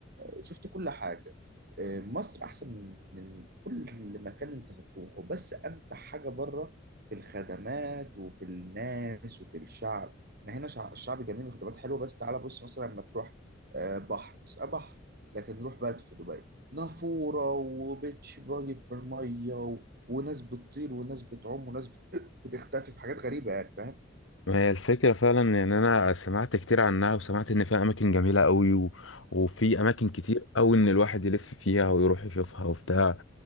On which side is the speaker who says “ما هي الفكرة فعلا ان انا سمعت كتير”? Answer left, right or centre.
Left